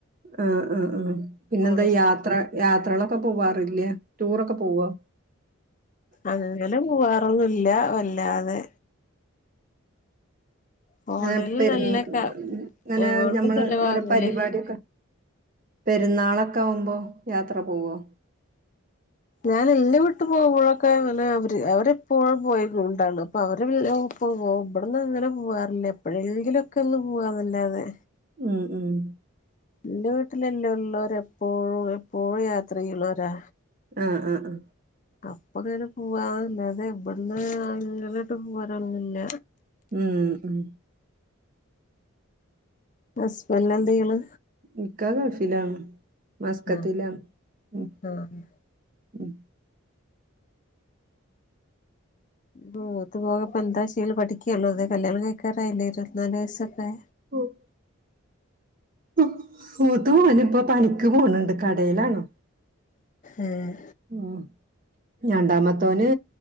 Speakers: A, on the right; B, on the left.
A: ആ ആ ഉ പിന്നെന്താ
B: പോണ സ്ഥലം
A: യാത്ര യാത്രകള ക്കെ പോവാറില്ലേ ടൂറൊക്കെ പോവ
B: അങ്ങനെ പോവാറൊന്നില്ല വല്ലാതെ പോണേല്
A: അ പെരു
B: നല്ല ക
A: അങ്ങനെ
B: എമൗണ്ട്
A: ഞമ്മള്
B: ചെലവാകൂലേ
A: ഓര പരിപാടൊക്കെ പെരുന്നാളൊക്കെ ആവുമ്പോ യാത്ര പോവോ?
B: ഞാൻ ന്റെ വിട്ട് പോയുമ്പോഴൊക്കെ അങ്ങനെ അവര് അവരെപ്പോഴും പോയുക്കുണ്ടാണ് അപ്പൊ അവരെ <unintelligible> പോ ഇവിടന്ന് അങ്ങനെ പോവാറില്ല എപ്പോഴെങ്കിലും ഒക്കെ ഒന്ന് പോവാന്നല്ലാതെ
A: ഉം ഉം
B: ന്റെ വീട്ടിലെല്ലാം ഉള്ളവര് എപ്പോഴും എപ്പോഴും യാത്ര ചെയ്യുന്നരാ
A: അ അ ആഹ്
B: അപ്പ അങ്ങനെ പോവാല്ലാതെ വിടന്ന് അങ്ങനേട്ടു പോവാനൊന്നില്ല.
A: ഉം ഉം
B: ഹസ്ബൻഡ് എന്തു ചെയ്യണ്
A: ഇക്കാ ഗൾഫിലാണ് മസ്കറ്റിലാണ്
B: ആഹ്
A: ഉം
B: ആഹ്
A: ഉം
B: മൂത്ത മോള്പ്പോ എന്താ ചേയല് പഠിക്കയാണോ അത് കല്യാണം കഴിക്കാറായില്ലേ ഇരുപത്തിനാല് വയസല്ലേ
A: <unintelligible> <inaudible> മൂത്ത മോന് ഇപ്പൊ പണിക്ക് പോണണ്ട് കടയിലാണ്‌
B: ഉം
A: ആഹ് രണ്ടാമത്തവന്